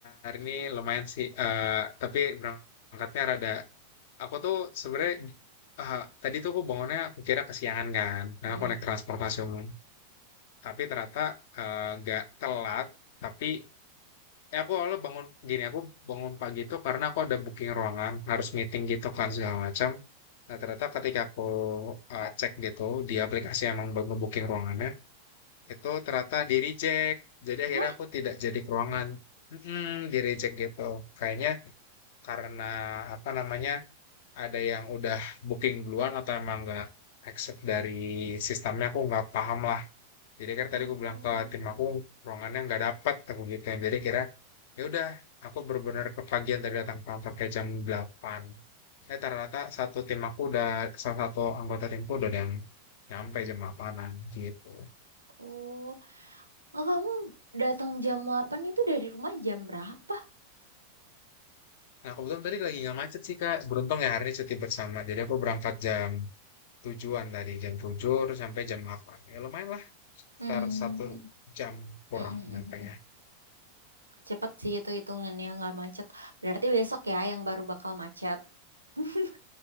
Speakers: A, on the left (about 55°); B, on the right (about 85°).
A: hari ini lumayan sih. eh, tapi berangkatnya rada. Aku tuh sebenarnya eh, tadi tuh aku bangunnya aku kira kesiangan kan. Nah
B: Mm-mm.
A: aku naik transportasi umum. Tapi ternyata eh, nggak telat. Tapi ya aku awalnya bangun gini aku bangun pagi tuh karena aku ada booking ruangan harus meeting gitu kan segala macam. Nah ternyata ketika aku eh, cek gitu di aplikasi emang baru booking ruangannya itu ternyata di reject jadi akhirnya
B: Hah?
A: aku tidak jadi ke ruangan mm di reject gitu kayaknya karena apa namanya ada yang udah booking duluan atau emang nggak accept dari sistemnya aku nggak paham lah jadi kan
B: Oh,
A: tadi aku bilang ke tim aku ruangannya nggak dapat aku gitu jadi kira ya udah aku benar-benar kepagian tadi datang ke kantor kayak jam delapan eh ternyata satu tim aku udah salah satu anggota timku udah ada yang nyampe jam 8 gitu
B: oh, Oh, kamu datang jam delapan itu dari rumah jam berapa?
A: Nah, kebetulan tadi lagi nggak macet sih, Kak. Beruntung ya hari ini cuti bersama. Jadi aku berangkat jam tujuan tadi, jam tujuh terus sampai jam delapan Ya lumayan lah, sekitar
B: Hmm.
A: satu jam kurang
B: Mm-mm.
A: nyampenya.
B: Cepet sih itu hitungannya nggak macet. Berarti besok ya yang baru bakal macet. <laughs>